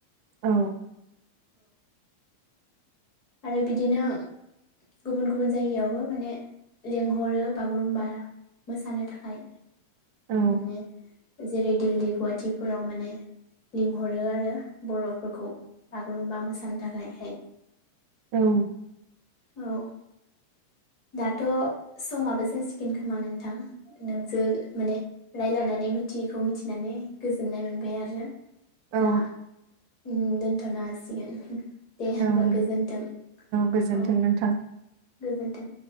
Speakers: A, on the right; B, on the left.
A: औ
B: आरो बिदिनो गुबुन गुबुन जायगायावबो माने लेंंहरो बागुरुमबा मोसानो थाखाय माने
A: औ
B: जेरै दिल्ली गुवाहाटिफोराव माने लिंहरो आरो बर'फोरखौ बागुरुम्बा मोसानो थाखायहाय
A: औ
B: औ दाथ' समाबो जासिगोन खोमा नोंथां नोंजों माने रायलायनानै मिथियिखौ मिथिनानै गोजोननाय मोनबाय आरो
A: औ
B: दा उम दोनथ'नो हासिगोन दे होमबा
A: औ
B: गोजोन थों
A: गोजोन्थों
B: औ
A: नोंथां।
B: गोजोन्थों